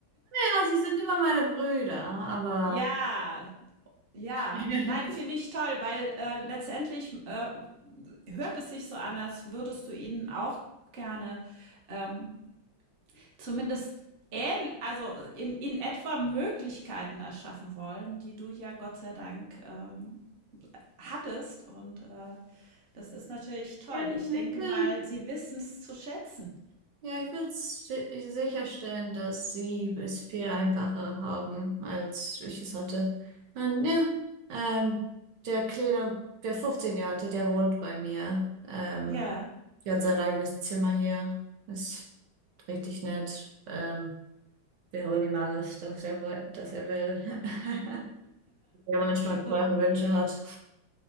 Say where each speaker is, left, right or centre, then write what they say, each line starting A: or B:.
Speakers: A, on the right; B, on the right.
A: Ja, sie sind immer meine Brüder, aber
B: <laughs> ja. Ja,
A: <laughs>
B: nein,
A: ja,
B: finde ich toll, weil, äh, letztendlich, äh, hört es sich so an, als würdest du ihnen auch gerne, ähm, zumindest ähnl also in in etwa Möglichkeiten erschaffen wollen, die du ja Gott sei Dank, ähm, hattest und, äh, das ist natürlich toll.
A: ich
B: Ich denke
A: will,
B: mal, sie wissen es zu schätzen.
A: ja, ich will si- sicherstellen, dass sie es viel einfacher haben, als ich es hatte. Und ja, ähm, der Kleine, der 15-Jährige, der wohnt bei mir. Ähm,
B: Ja,
A: der hat sein eigenes Zimmer hier. Das richtig nett. Ähm, wir holen ihm alles, das er, woll- das er will. <laughs> Der manchmal
B: gut.
A: teure Wünsche hat.